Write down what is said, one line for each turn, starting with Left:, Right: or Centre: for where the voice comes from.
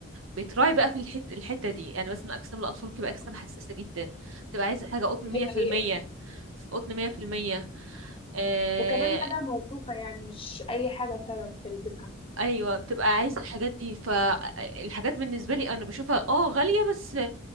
Right: بتراعي بقى في الحت الحته دي يعني مثلا اجسام الاطفال بتبقى اجسام حساسه جدا بتبقى عايزه حاجه قطن
Left: دي
Right: 100%
Left: حقيقة
Right: قطن 100% آه،
Left: وكمان حاجة موثوقة يعني مش اي حاجة فعلا تلبسها
Right: ايوه بتبقى عايزه الحاجات دي فالحاجات بالنسبه لي انا بشوفها اه غاليه بس